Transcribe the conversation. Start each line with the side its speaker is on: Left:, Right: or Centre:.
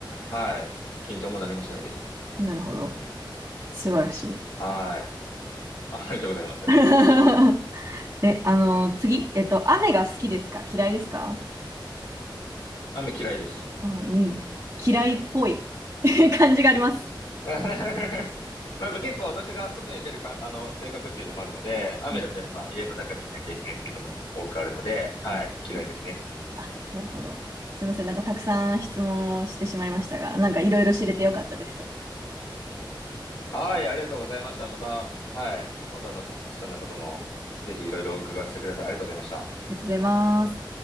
Left: はい。緊張も何もしないですね。
Right: うん。なるほど。素晴らし
Left: はい。ありがとうございます。
Right: い。<laughs> で、あの、次、えっと、雨が好きですか嫌いですか
Left: 雨嫌いです。
Right: あのうん。嫌いっぽい <laughs> 感じがあります。
Left: <laughs> まあやっぱ結構私が外に出るか、あの、性格っていうのもあるので、雨だとやっぱ家の中にいなきゃいけないっていうことも多くあるので、
Right: うん
Left: はい。
Right: うんうん
Left: 嫌いですね。
Right: あ、なるほど。すいません。なんかたくさん質問をしてしまいましたが、なんかいろいろ知れてよかったです。あ
Left: はい。ありがとうございました。また、はい。今度あの、サチさんのことも、ぜひいろいろ伺わせてください。ありがとうございました。
Right: りがとうございます。